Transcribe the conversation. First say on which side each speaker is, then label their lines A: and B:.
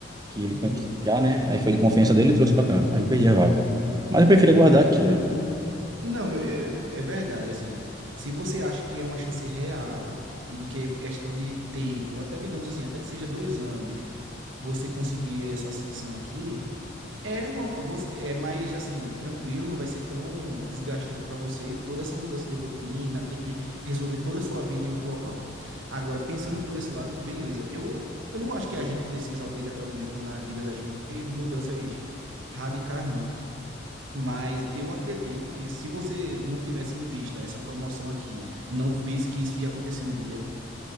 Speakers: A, on the right; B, on the right.
A: que ele
B: entendi.
A: conhecia já, né? Aí foi de confiança dele e trouxe para cá. Aí eu perdi a vaga. Mas eu prefiro aguardar aqui, velho.
B: Não, é, é verdade, assim, se você acha que é uma chance real e de que é questão de tempo, até digamos assim, até que seja dois anos, você conseguir essa ascensão aqui, é uma, você- é mais, assim, tranquilo, não vai ser tão desgastante para você toda essa mudança de rotina, ter que resolver toda a sua vida em outro local. Agora, pensando por esse lado, beleza, eu, eu não acho que a gente precisa obrigatoriamente na vida da gente ter mudanças radicais, não. Mas eu acredito que se você não tivesse em vista essa promoção aqui, não visse que isso ia acontecer um dia,